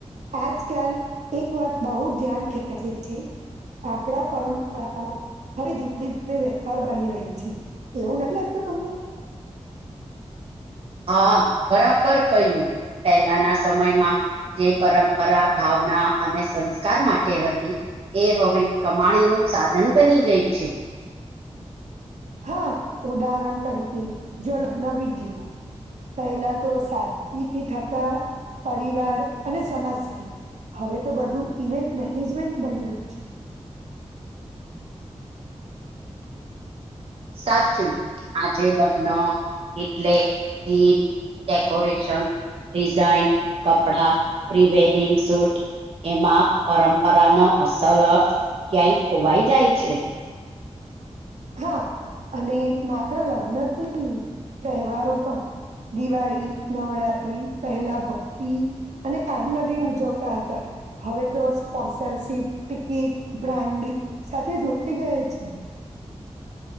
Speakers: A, on the right; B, on the right.
A: આજકાલ એક વાત બહુ ધ્યાન ખેંચે છે આપડા પરંપરાઓ હવે ધીમે ધીમે વેપાર બની રહી છે એવું નથી લાગતું તમને
B: હા બરાબર કહ્યું પહેલાના સમયમાં જે પરંપરા ભાવના અને સંસ્ કાર માટે હતી એ હવે કમાણી નું સાધન બની ગઈ છે
A: હા ઉદાહરણ તરીકે જોનવીધય્યું પહેલા તો સાચથી થતા પરિવાર અને સમાજથી હવે તો બધું ઇવેન્ટ મેનેજમેન્ટ બની ગયું છે
B: સાચું આજે લગ્ન એટલે ીન ડેકોરેશન ડિઝઇન કપડા પ્રી વેડિંગ સૂટ એમાં પરંપરાનોો અસલ અર્થ ક્યાંય ખોવાઈ જાય છે
A: હા અને માત્ર લગ્નની તહેવારો પણ દિવાળી નવરાત્રિ પહેલાં ભક્તિ અને કાન માટે ઉજવતા હતા હવે તો સ્પોન્સરશીપ ટિકિટ બ્રાન્ડ સાથે જોડાઈ ગયા છે